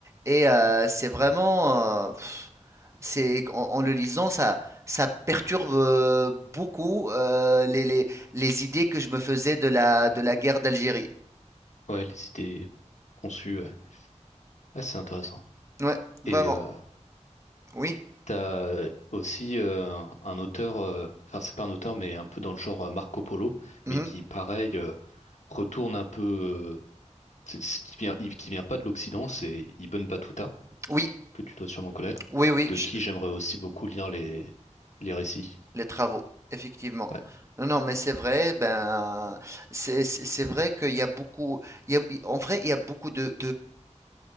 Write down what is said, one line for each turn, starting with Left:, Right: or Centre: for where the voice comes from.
Right: et euh, c'est vraiment, euh, pff, c'est en, en le lisant ça, ça perturbe euh, beaucoup euh, les, les, les idées que je me faisais de la de la guerre d'Algérie.
Left: Ouais, les cités conçues, ouais. Ouais, c'est intéressant.
Right: Ouais, vraiment.
Left: Et euh,
Right: Oui.
Left: t'as aussi euh, un auteur, euh, enfin c'est pas un auteur, mais un peu dans le genre euh, Marco Polo,
Right: mhm.
Left: mais qui pareil euh, retourne un peu euh, c'est- ce qui vient, il- qui vient pas de l'Occident, c'est Ibn Battuta.
Right: Oui,
Left: que tu dois sûrement connaître,
Right: oui, oui.
Left: de
Right: je-
Left: qui j'aimerais aussi beaucoup lire les, les récits.
Right: les travaux, effectivement.
Left: Ouais.
Right: Non, non, mais c'est vrai. Ben, c'est c'est- c'est vrai qu'il y a beaucoup. il y a- en vrai, il y a beaucoup de,